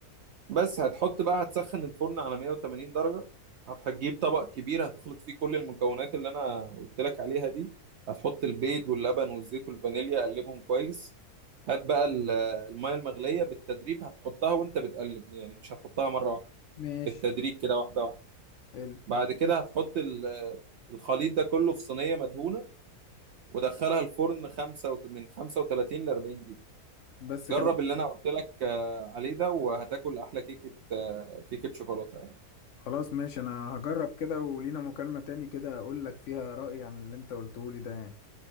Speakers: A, on the right; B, on the left.
A: بس هتحط بقى هتسخن الفرن على 180 درجة هت- هتجيب طبق كبير هتخلط فيه كل المكونات اللي أنا قلت لك عليها دي هتحط البيض واللبن والزيت والفانيليا قلبهم كويس هات بقى ال- المية المغلية بالتدريج هتحطها وأنت بتقلب يعني مش هتحطها مرة واحدة
B: ماشي
A: بالتدريج كده واحدة واحدة
B: حلو
A: بعد كده هتحط ال- الخليط ده كله في صينية مدهونة ودخلها الفرن خمسة وت- من 35 ل 40 دقيقة
B: بس
A: جرب
B: كده
A: اللي انا قلت لك آه، عليه ده وهتاكل احلى كيكة آه، كيكة شوكولاتة يعني.
B: خلاص ماشي أنا هجرب كده ولينا مكالمة تاني كده أقول لك فيها رأيي عن اللي أنت قلته لي ده يعني